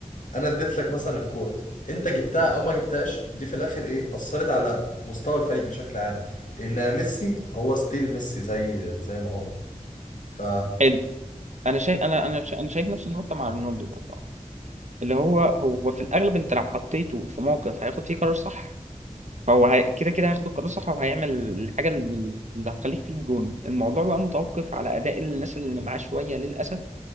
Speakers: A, on the left; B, on the right.
A: انا اديت لك مثلا الكوره انت جبتها او ما جبتهاش دي في الاخر ايه اثرت على مستوى الفريق بشكل عام ان ميسي هو ستيل ميسي زي زي ما هو ف
B: حلو انا شايف انا انا انا شايف نفس النقطه مع رونالدو برضه اللي هو هو في الاغلب انت لو حطيته في موقف هياخد فيه قرار صح فهو هي... كده كده هياخد القرار الصح وهيعمل الحاجة ال- اللي هتخليك تجيب جون الموضوع بقى متوقف على أداء الناس اللي معاه شوية للأسف